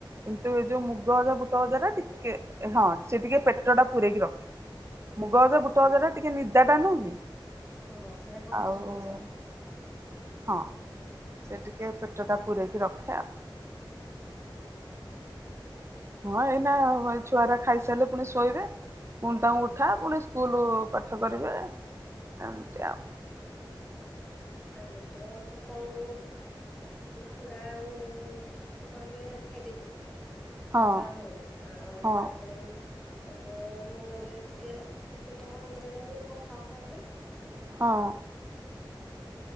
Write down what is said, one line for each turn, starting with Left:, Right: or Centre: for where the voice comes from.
Right: କିନ୍ତୁ ଏ ଯୋଉ ମୁଗ ଅଜା ବୁଟ ଗଜାର
Centre: ସୁଦୁ
Right: ଟିକେ ହଁ ସେ ଟିକେ ପେଟ ଟା ପୁରରେକି ରଖେ ମୁଗ ହଜାର ବୁଟ
Centre: ହଁ
Right: ହଜାର ଟା ଟିକେ ନି ତା ଟା ନୁନି
Centre: ହଁ ସେଇଟା ଗରିଷ୍ଠ
Right: ଆଉ <unintelligible>
Centre: ଜିନିଷଟା
Right: ହଁ ସେ ଟିକେ ପେଟ ଟା ପୂରୋଇକି ରଖେ ଆ
Centre: ହ <unintelligible>
Right: ହଁ ଏଇନା ଛୁଆ ଟା ଖାଇସାରିଲେ ପୁଣି ଶୋଇବେ। ପୁଣି ତାଙ୍କୁ ଉଠା ପୁଣି ସ୍କୁଲ ପାଠ କରିବେ ଏମତି ଆଉ
Centre: ଆମର ତ ସକାଳୁ ଚୁଡ଼ା ଆଉ କଦଳୀଟିଏ ଖାଇ ଦେଇଥିଲୁ।
Right: ହଁ
Centre: ହ ବାପା ଆଉ
Right: ହଁ
Centre: ତାପରେ ଏବେ ମୁଁ ତାପରେ ଟିକଏ ଟିକଏ ସମୟ ହେଇଗଲା ଯେମିତି ଗୋଟେ ପଖାଳ ଖାଇଲି।
Right: ହଁ।